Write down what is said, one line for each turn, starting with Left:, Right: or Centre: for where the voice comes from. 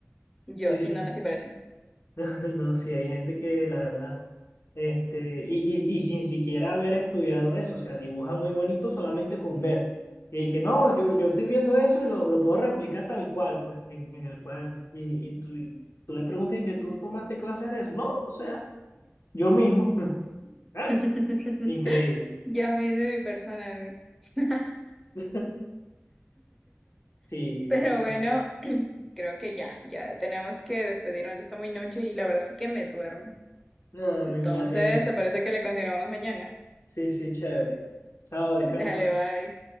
Centre: Yo
Left: Sí,
Centre: sí
Left: sí.
Centre: no nací para eso.
Left: <laughs> No, sí, hay gente que la verdad, este, y, y, y sin siquiera haber estudiado eso, o sea, dibuja muy bonito solamente con ver. Y que no, yo, yo estoy viendo eso y lo, lo puedo replicar tal cual, pues, en, en el cuaderno. Y, y tú, y tú le preguntas y que tú tomaste clases de eso. No, o sea, yo mismo. <laughs> Claro,
Centre: <laughs>
Left: Increíble.
Centre: Yo a mí de mi persona. <laughs>
Left: <laughs> Sí,
Centre: Pero
Left: básicamente.
Centre: bueno, creo que ya, ya tenemos que despedirnos. Ya está muy noche y la verdad es que me duermo.
Left: No,
Centre: Entonces,
Left: me imagino.
Centre: ¿te parece que le continuamos mañana?
Left: Sí, sí, chévere. Chao, descansa.
Centre: Dale, bye.